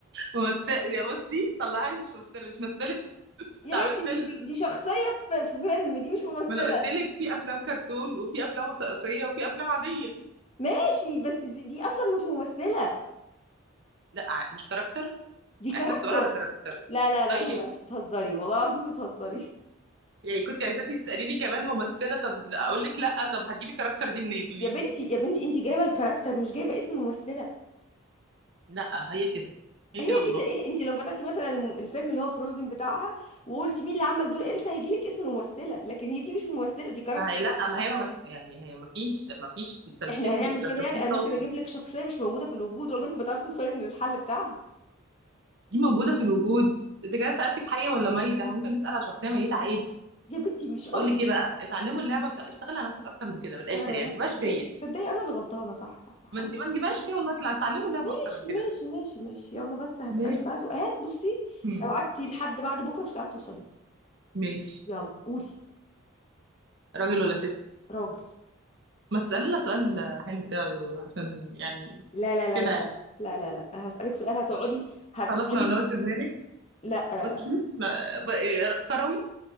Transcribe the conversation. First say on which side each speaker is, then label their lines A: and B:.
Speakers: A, on the right; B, on the left.
A: ممثلة يا بصي طلعها لي مش ممثلة مش مثلت
B: يا
A: مش عملت
B: بنتي
A: فيلم
B: دي دي, دي شخصية في, في فيلم دي مش ممثلة
A: ما أنا قلت لك في أفلام كرتون وفي أفلام وثائقية وفي أفلام عادية
B: ماشي بس دي, دي أصلا مش ممثلة
A: لا ع- مش كاركتر
B: دي كاركتر
A: إحنا السؤال على كاركتر
B: لا لا لا
A: طيب
B: لا لا انت بتهزري والله العظيم بتهزري
A: يعني كنت عايزاكي تسأليني كمان ممثلة طب أقول لك لا طب هتجيبي كاركتر دي منين
B: <laughs>
A: قولي
B: يا بنتي
A: لي
B: يا بنتي انت جايبة الكاركتر مش جايبة اسم الممثلة
A: لا هي كده هي
B: هي
A: كده والله
B: كده ايه انت لو فتحتي مثلا الم- الفيلم اللي هو فروزن بتاعها وقلت مين اللي عمل دور إلسا هيجيلك اسم الممثلة لكن هي دي مش ممثلة دي كاركتر
A: ما هي لا ما هي ممس... يعني هي ما فيش ما فيش تمثيل
B: احنا هنعمل
A: ده
B: كده
A: تمثيل
B: يعني انا
A: صوتي
B: ممكن اجيب لك شخصية مش موجودة في الوجود وعمرك ما تعرفي توصلي للحل بتاعها
A: دي موجودة في الوجود إذا كان سألتك حية ولا ميتة إحنا ممكن نسأل على شخصية ميتة عادي
B: يا بنتي مش قصدي
A: بقول لك إيه بقى اتعلموا اللعبة بتاع اشتغلي على نفسك أكتر من كده من
B: اشتغل
A: الآخر
B: على
A: يعني
B: نفسي
A: ما تجيبهاش
B: تصدقي
A: فيا
B: تصدقي انا اللي غلطانه صح صح صح
A: ما
B: أنا-
A: تج- ما تجيبهاش فيا والله تلع- اتعلموا اللعبة
B: ماشي
A: أكتر من كده
B: ماشي
A: بقى.
B: ماشي ماشي يلا بس هسألك
A: ماشي
B: بقى سؤال بصي
A: هم.
B: لو قعدتي لحد بعد بكره مش هتعرفي توصلي له
A: ماشي
B: يلا قولي
A: راجل ولا ست
B: راجل
A: ما تسألي لنا سؤال حلو كده عشان يعني
B: لا لا لا
A: كده
B: لا
A: يعني
B: لا لا لا لا انا هسألك سؤال هتقعدي هتقعدي
A: خلاص نونوت دماغك
B: لا لا
A: بصي
B: لا
A: لا، ب- إيه، كروي